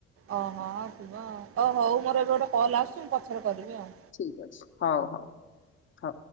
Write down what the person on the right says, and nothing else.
ଓହୋ ଥିବ ଆଉ ଓ ହଉ ମୋର ଏବେ ଗୋଟେ କଲ୍ ଆସୁଛି ମୁଁ ପଛରେ କରିବି ଆଉ।